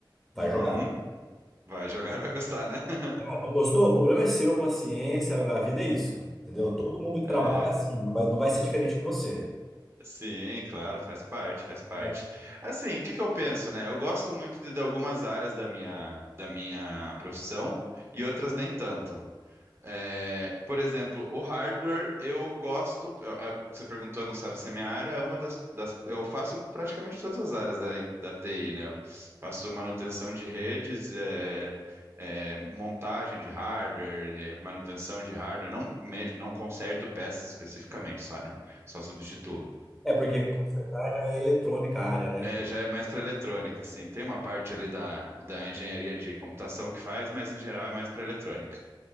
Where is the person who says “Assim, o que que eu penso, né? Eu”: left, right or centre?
Right